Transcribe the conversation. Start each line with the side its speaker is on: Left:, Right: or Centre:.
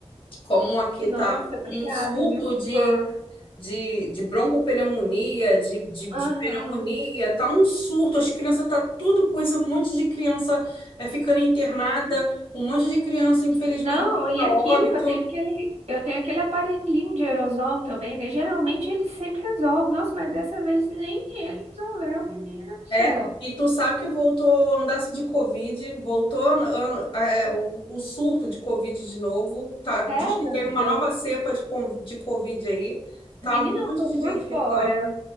Left: como aqui
Right: Nossa,
Left: tá
Right: obrigada,
Left: um surto
Right: viu,
Left: de,
Right: por...
Left: de, de broncopneumonia, de, de, de
Right: Aham,
Left: pneumonia, tá um surto, as crianças tá tudo com isso, um monte de criança é, ficando internada,
Right: sim.
Left: um monte de criança, infelizmente,
Right: Não, e
Left: a
Right: aqui
Left: óbito.
Right: eu tenho aquele, eu tenho aquele aparelhinho de aerosol também, né? Geralmente ele sempre resolve. Nossa, mas dessa vez nem ele resolveu, menina do céu.
Left: É, e tu sabe que voltou andaço de Covid, voltou an- an- é, o, o surto de Covid de novo, tá,
Right: Sério,
Left: diz que tem
Right: amiga?
Left: uma nova
Right: Eu-
Left: cepa de, con- de Covid aí,
Right: Menina,
Left: tá um monte
Right: eu tô
Left: de gente
Right: por
Left: ficando,
Right: fora.